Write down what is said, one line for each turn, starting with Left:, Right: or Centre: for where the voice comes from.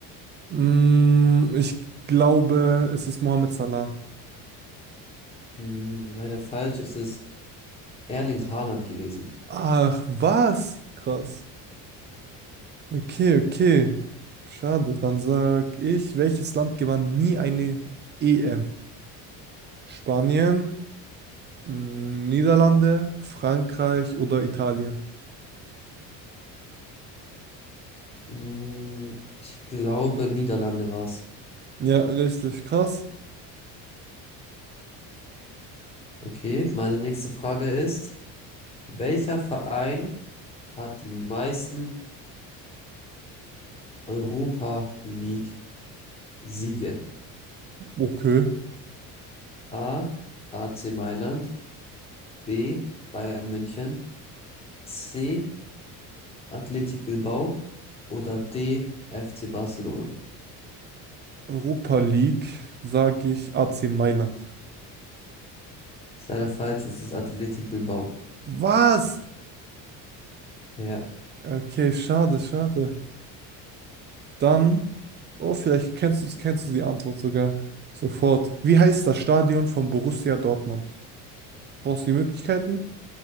Right: Mm, ich glaube, es ist Mohamed Salah.
Left: Hm, leider falsch, es ist Erling Haaland gewesen.
Right: Ach, was? Krass. Okay, okay. Schade. Dann sag ich, welches Land gewann nie eine EM? Spanien, mm, Niederlande, Frankreich oder Italien?
Left: Mm, Ich glaube, Niederlande war's.
Right: Ja, richtig krass.
Left: Okay, meine nächste Frage ist, welcher Verein hat die meisten Europa League Siege?
Right: Okay.
Left: A. AC Mailand, B. Bayern München, C. Athletic Bilbao oder D. FC Barcelona?
Right: Europa League, sag ich AC Mailand.
Left: Ist leider falsch, es ist Athletic Bilbao.
Right: Was?
Left: Ja,
Right: Okay, schade, schade. Dann, oh, vielleicht kennst du, kennst du die Antwort sogar sofort. Wie heißt das Stadion von Borussia Dortmund? Brauchst du die Möglichkeiten?